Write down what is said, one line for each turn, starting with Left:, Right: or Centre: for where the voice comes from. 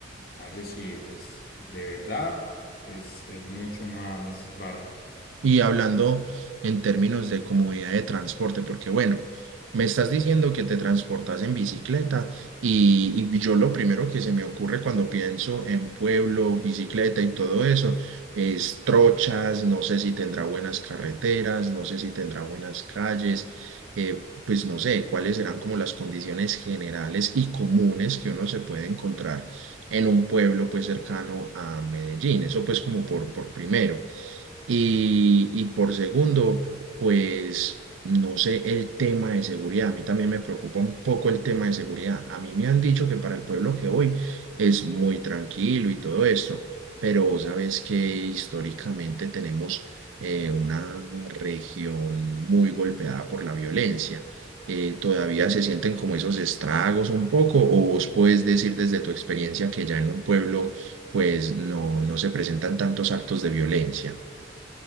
Left: parce, sí, es de verdad, es, es mucho más barato.
Right: Y hablando en términos de comodidad de transporte, porque bueno, me estás diciendo que te transportas en bicicleta y, y yo lo primero que se me ocurre cuando pienso en pueblo, bicicleta y todo eso es trochas, no sé si tendrá buenas carreteras, no sé si tendrá buenas calles, eh, pues no sé cuáles serán como las condiciones generales y comunes que uno se puede encontrar en un pueblo pues cercano a Medellín, eso pues como por, por primero. Y, y por segundo, pues no sé el tema de seguridad. A mí también me preocupa un poco el tema de seguridad. A mí me han dicho que para el pueblo que voy es muy tranquilo y todo esto, pero vos sabes que históricamente tenemos eh, una región muy golpeada por la violencia. Eh, ¿todavía se sienten como esos estragos un poco? ¿O vos puedes decir desde tu experiencia que ya en un pueblo pues no, no se presentan tantos actos de violencia?